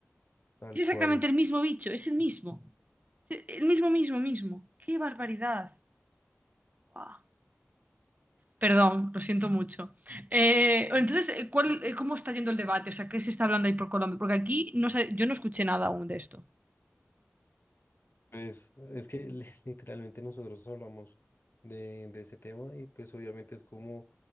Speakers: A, on the left; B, on the right.
A: tal
B: Es exactamente
A: cual.
B: el mismo bicho, es el mismo. Es El mismo, mismo, mismo. ¡Qué barbaridad! Guau. Perdón, lo siento mucho. Eh, bueno, entonces, eh, ¿cuál, eh, cómo está yendo el debate? O sea, ¿qué se está hablando ahí por Colombia? Porque aquí no sé, yo no escuché nada aún de esto.
A: Pues es que li- literalmente nosotros hablamos de, de ese tema y pues obviamente es como,